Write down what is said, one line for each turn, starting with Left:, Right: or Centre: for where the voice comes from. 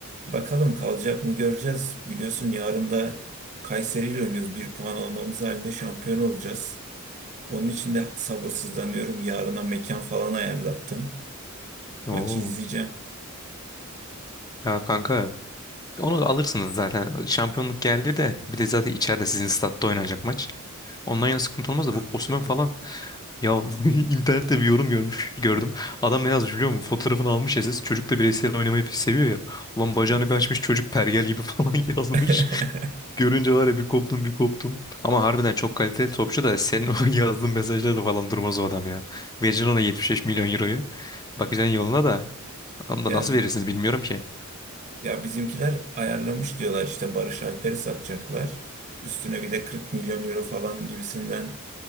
Right: bakalım kalacak mı göreceğiz. Biliyorsun yarın da Kayseri ile oynuyoruz. Bir puan almamız halinde şampiyon olacağız. Onun için de sabırsızlanıyorum. Yarına mekan falan ayarlattım.
Left: Oo.
Right: Maçı izleyeceğim.
Left: Ya kanka onu alırsınız zaten. Şampiyonluk geldi de bir de zaten içeride sizin statta oynanacak maç. Ondan yana sıkıntı olmaz da bu Osimhen <laughs> falan Ya <laughs> internette bir yorum görmüş gördüm. Adam ne yazmış biliyor musun? Fotoğrafını almış SS. Çocuk da bireysel oynamayı pek seviyor ya. Ulan bacağını
Right: Evet.
Left: bir açmış çocuk pergel gibi <laughs> falan yazmış.
Right: <laughs>
Left: Görünce var ya bir koptum bir koptum. Ama harbiden çok kaliteli topçu da senin o <laughs> yazdığın mesajlarla falan durmaz o adam ya. Vereceksin ona 75 milyon euroyu. Bakacaksın yoluna da. Onu
Right: Ya
Left: da nasıl
Right: bi-
Left: verirsiniz bilmiyorum ki.
Right: ya bizimkiler ayarlamış diyorlar işte Barış Alper'i satacaklar. Üstüne bir de 40 milyon euro falan gibisinden